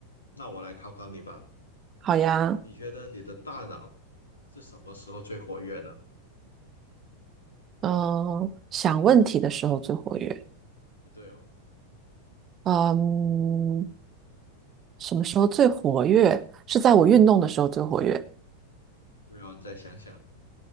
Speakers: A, on the left; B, on the right.
A: 那我来考考你吧，
B: 好呀，
A: 你觉得你的大脑是什么时候最活跃呢？
B: 嗯、想问题的时候最活跃。
A: 不对哦，
B: 嗯，什么时候最活跃？是在我运动的时候最活跃，
A: 没有，你再想想，